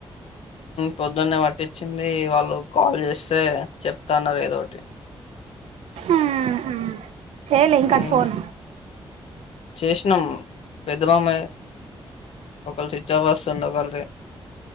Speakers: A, on the left; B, on the right.
A: పొద్దున్నే పట్టిచ్చింది వాళ్ళు కాల్ చేస్తే చెప్తానది ఏదోటి
B: అహ చేేలే ఇంకాటు
A: ఉమ్
B: ఫోను
A: చేసినాం పెద్ద మామ ఒకళ చిచ్చ వస్తుంది ఒకళది